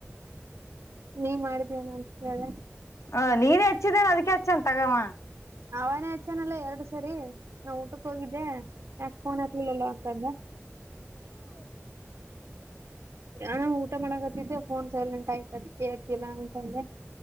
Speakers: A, on the right; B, on the left.
A: ನೀ ಮಾಡಿದೀನ ಅಂತ ಕೇಳ
B: ಹ ನೀನ್ ಹೆಚ್ಚಿದೇನೆ ಅದಕ್ಕೆ ಹೆಚ್ಚನ್ ತಗವಾ
A: ಅವಾನೇ ಆಚ್ಚನಲ್ಲ ಎರಡು ಸರಿ ನಾ್ ಊಟಕ್ಕೆ ಹೋಗಿದ್ದೆ ಯಾಕೆ ಫೋನ್ ಹ ನಲ್ಲ ಅಂತ ಅಂದ ಹಣ ಊಟ ಮಾಡಕತ್ತಿದ್ದೆ ಫೋನ್ ಸೈಲೆಂಟ್ ಆಯ್ತದ ಅದಕೇ ಹಚ್ಚಿಲ್ಲ ಅಂತಂದೆ